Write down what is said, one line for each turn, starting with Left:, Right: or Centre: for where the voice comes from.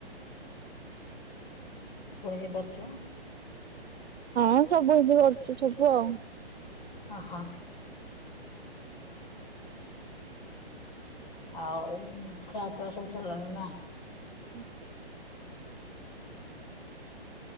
Left: <unintelligible> ପାରୁଛ
Right: ହଁ ସବୁ ଏ ଯଉ କରୁଛୁ ସବୁ ଆଉ
Left: ହଁ ହଁ। ଆଉ ଖାଇବା ପିବା ସବୁ ସରିଲାଣି ନା।
Right: ହୁଁ।